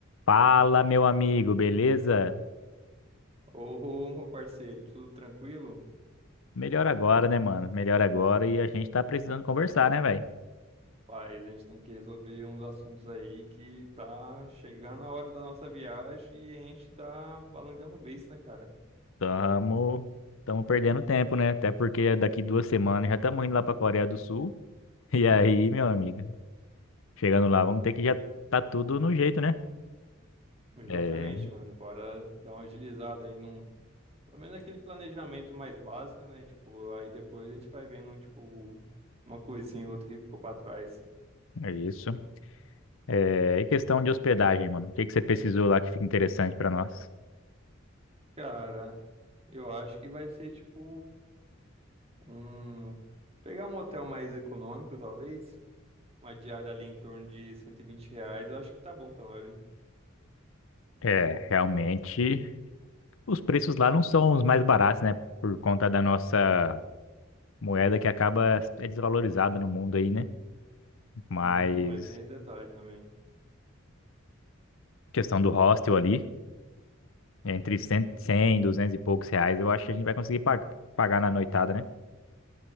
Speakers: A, on the left (about 70°); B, on the right (about 30°).
A: Fala, meu amigo, beleza?
B: Ô, <laughs> meu parceiro, tudo tranquilo?
A: Melhor agora, né, mano? Melhor agora e a gente tá precisando conversar, né, velho?
B: Paz, a gente tem que resolver uns assuntos aí que tá chegando a hora da nossa viagem e a gente tá balangando o beiço, né, cara?
A: Tamo, tamo perdendo tempo, né? Até porque daqui duas semanas já estamos indo lá pra Coreia do Sul. E aí, meu amigo, chegando lá, vamos ter que já tá tudo no jeito, né?
B: Exatamente,
A: É,
B: mano. Bora dar uma agilizada aí num. Pelo menos aquele planejamento mais básico, né? Tipo, aí depois a gente vai vendo, tipo, uma coisinha ou outra que ficou pra trás.
A: é isso. É, e questão de hospedagem, mano. O que que você pesquisou lá que fica interessante pra nós?
B: Cara, eu acho que vai ser, tipo, um. Pegar um hotel mais econômico, talvez. Uma diária ali em torno de 120 reais, eu acho que tá bom pra nós, né?
A: É, realmente, os preços lá não são os mais baratos, né? Por conta da nossa moeda que acaba é desvalorizada no mundo aí, né? Mas
B: Hum, é, tem esse detalhe também.
A: questão do hostel ali, entre 100, 100, 200 e poucos reais, eu acho que a gente vai conseguir pa- pagar na noitada, né?